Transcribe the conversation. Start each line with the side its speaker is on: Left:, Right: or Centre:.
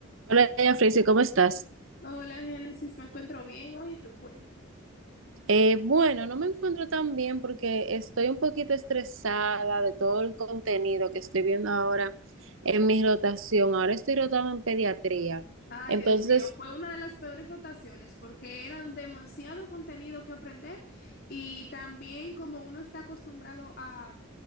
Right: Hola, doña Frisi, ¿cómo estás?
Left: Hola, Génesis, me encuentro bien hoy y tú cuéntame.
Right: Eh, bueno, no me encuentro tan bien porque estoy un poquito estresada de todo el contenido que estoy viendo ahora en mi rotación. Ahora estoy rotando en pediatría.
Left: Ay,
Right: Entonces,
Left: Dios mío, fue una de las peores rotaciones porque eran demasiado contenido que aprender y también como uno está acostumbrado a,